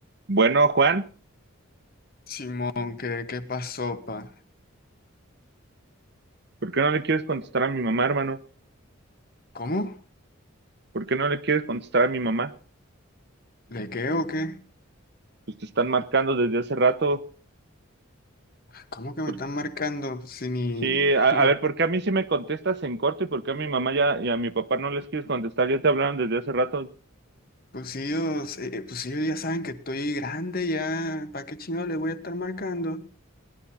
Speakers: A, on the right; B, on the left.
A: Bueno, Juan,
B: Simón, ¿qué, qué pasó, pa?
A: ¿por qué no le quieres contestar a mi mamá, hermano?
B: ¿Cómo?
A: ¿Por qué no le quieres contestar a mi mamá?
B: ¿Le qué o qué?
A: Pues te están marcando desde hace rato.
B: ¿Cómo que me
A: Por-
B: están marcando? Pues, Si ni
A: Sí, a,
B: <laughs> los
A: a ver, ¿por qué a mí sí me contestas en corto y por qué a mi mamá ya y a mi papá no les quieres contestar? Ya te hablaron desde hace rato.
B: pues si ellos, eh, pues si ellos ya saben que estoy grande ya, ¿para qué chingado le voy a estar marcando?